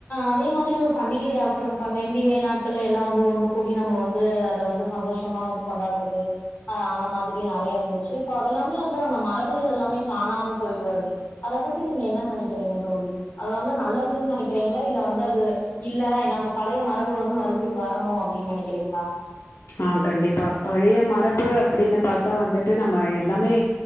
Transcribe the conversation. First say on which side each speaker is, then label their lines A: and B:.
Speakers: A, on the left; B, on the left.
A: அதே மாதிரி ஒரு பண்டிகை ஆகட்டும் பண்டிகை நாட்கள்ள எல்லா வந்து ஒன்னு கூடி நம்ம வந்து அத வந்து சந்தோஷமா வந்து கொண்டாடுறது அந்த மாறி நெறயா இருந்துச்சு இப்ப அதல்லாமே வந்து அந்த மரபுகள் எல்லாமே காணாம போய்ட்டு வருது அத பத்தி நீங்க என்ன நெனைக் க்கிறீங்க தோழி அது வந்து நல்லதுனு நெனைக்றீங்ளா இல்ல வந்து அது இல்ல நம்ம பழைய மரபு வந்து மறுபடி வரணு அப்டினு நெனைக்றீங்ளா
B: ஆஹ் கண்டிப்பா பழைய மரபு அப்டினு பாத்தா வந்துட்டு நம்ம எல்லாமே